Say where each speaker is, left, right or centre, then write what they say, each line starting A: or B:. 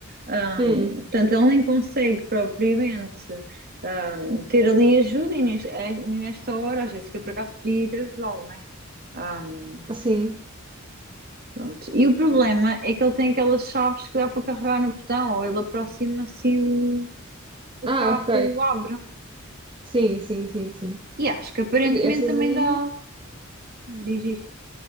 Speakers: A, on the right; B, on the right.
A: Ahm,
B: Hum,
A: portanto, ele nem consegue propriamente ahm, ter ali ajuda e neste- é- nesta hora a Jéssica por acaso podia ir ajudá-lo, não é? Ahm,
B: assim.
A: pronto. E o problema é que ele tem aquelas chaves que dá para carregar no botão, ou ele aproxima-se e o, o
B: Ah,
A: carro
B: ok.
A: abre.
B: Sim, sim, sim, sim.
A: E acho que aparentemente
B: Mas essas
A: também
B: aí.
A: dá, diz isto,